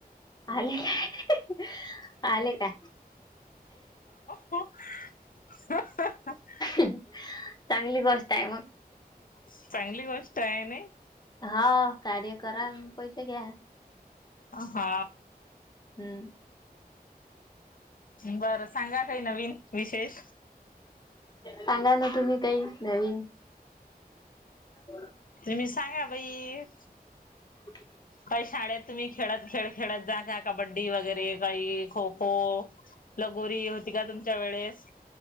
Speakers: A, on the left; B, on the left.
A: आले काय आले का?
B: <unintelligible>
A: चांगली गोष्ट आहे, मग.
B: चांगली गोष्ट आहे नाय.
A: हाव कार्य करां आणि पैसे घ्या.
B: हा.
A: हम्म.
B: बरं सांगा काही नवीन विशेष?
A: सांगा ना तुम्ही काही नवीन. <unintelligible>
B: तुम्ही सांगा बाई.
A: <unintelligible>
B: काही शाळेत तुम्ही खेळत खेळ खेळत जा का, कबड्डी वगैरे बाई खो खो. लगोरी होती का तुमच्या वेळेस?